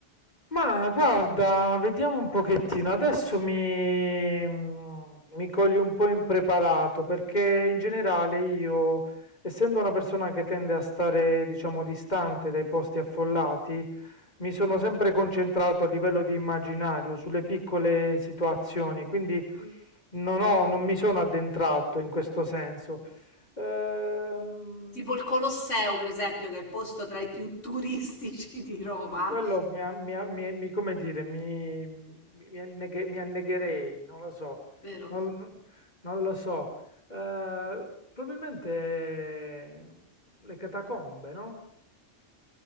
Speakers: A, on the left; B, on the left.
A: Ma guarda, vediamo un pochettino. Adesso mi, mi cogli un po' impreparato perché in generale io, essendo una persona che tende a stare, diciamo, distante dai posti affollati, mi sono sempre concentrato a livello di immaginario sulle piccole situazioni, quindi
B: Mm.
A: non ho- non mi sono addentrato in questo senso. Ehm,
B: Tipo il Colosseo, per esempio, che è il posto tra i più turistici di Roma.
A: Quello mi, a- mi a- mi- mi- come dire, mi, mi- mi anneghe- mi annegherei, non lo so,
B: Vero.
A: non, non lo so. Eh, probabilmente le catacombe, no?